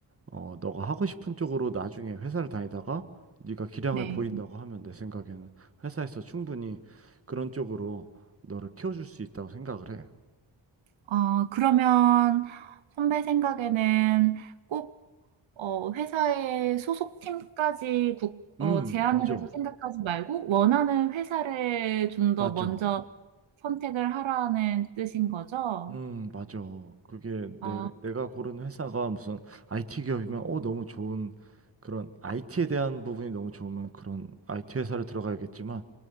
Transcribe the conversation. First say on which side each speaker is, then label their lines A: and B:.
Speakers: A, on the right; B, on the right.
A: 어 너가 하고 싶은 쪽으로 나중에 회사를 다니다가 네가 기량을
B: 네.
A: 보인다고 하면 내 생각에는 회사에서 충분히 그런 쪽으로 너를 키워줄 수 있다고 생각을 해.
B: 아, 그러면 선배 생각에는 꼭 어, 회사의 소속팀까지 국, 어,
A: 음,
B: 제안을
A: 맞아,
B: 해서 생각하지 말고 원하는 회사를 좀 더
A: 맞아.
B: 먼저 선택을 하라는 뜻인 거죠?
A: 음, 맞아. 그게
B: 아,
A: 내, 내가 고른 회사가 무슨 IT 기업이면 어, 너무 좋은 그런 IT에 대한 부분이 너무 좋으면 그런 IT 회사를 들어가야겠지만